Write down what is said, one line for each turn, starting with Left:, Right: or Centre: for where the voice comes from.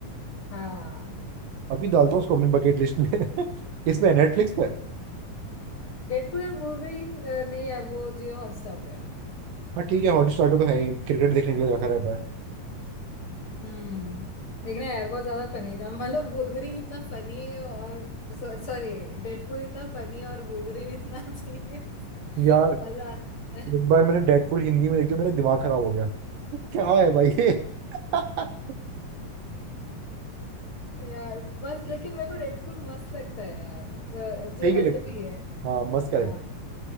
Left: हाँ
Right: अभी डालता हूँ उसको अपनी बकेट लिस्ट में <laughs> इस पे नेटफ्लिक्स पर
Left: डेडपूल एंड वुल्वरीन नहीं यार वो जियो हॉटस्टार पे है
Right: हाँ ठीक है हॉटस्टार का तो है ही क्रिकेट देखने के लिए रखा रहता है
Left: हम्म देखना यार बहुत ज्यादा फनी था मतलब वुल्वरीन इतना फनी है और सॉरी डेडपूल इतना फनी है और वुल्वरीन इतना <laughs> सीरियस
Right: यार
Left: मजा आता है
Right: एक बार मैंने डेडपुल हिंदी में देखी मेरा दिमाग खराब हो गया क्या है भाई ये <laughs>
Left: यार बस लेकिन मेरे को डेडपूल मस्त लगता है यार व- ज-
Right: ठीक
Left: अजब
Right: है
Left: ही है
Right: हाँ मस्त करेक्ट
Left: हाँ